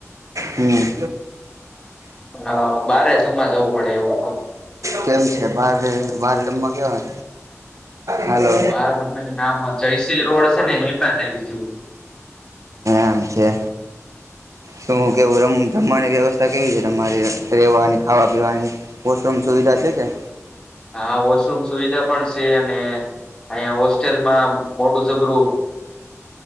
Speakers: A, on the right (about 80°); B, on the left (about 15°).
A: હમ
B: હા, બારે જમવા જવું પડે એવું.
A: કેમ છે બારે બાર રમવા કેવા. હલો.
B: બાર આમ જયશ્રી રોડ <unintelligible>
A: એમ છે. શું હું કેવું રમ જમવાની વ્યવસ્થા કેવી છે તમારી રવાની ખાવા પીવાની. હોસ્ટલ સુવિધા છે કે.
B: હા વોશરૂમ સુવિધા પણ છે અને અહીંયા હોસ્ટેલમાં મોટું સબરું